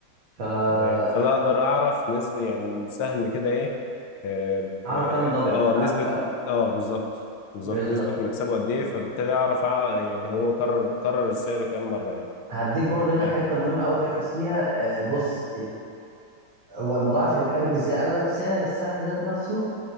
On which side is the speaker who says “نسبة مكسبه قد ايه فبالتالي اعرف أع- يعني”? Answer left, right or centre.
Left